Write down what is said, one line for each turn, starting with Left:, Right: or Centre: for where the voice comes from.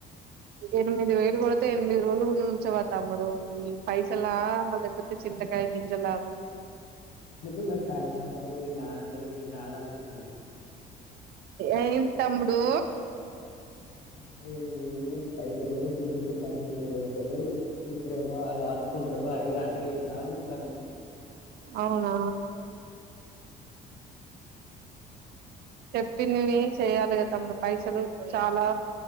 Right: ఎనిమిది వేలు కొడితే ఎనిమిది రోజుల గు ఉంచవా తమ్ముడా ఈ పైసలా లేకపోతే చింతకాయ గింజలా అవి
Left: అనుకున్నా కా ఇంత అంటలే నా అంటలే నాన్న అనుకున్నా
Right: ఏంటి తమ్ముడు
Left: అ పైసలుల్పిలు తవు ఇప్పుడే అది హక్కుంటావు అది నాలుగు తెర
Right: అవునా చెప్పిందివి చేయాలి కద తమ్ పైసలు చాలా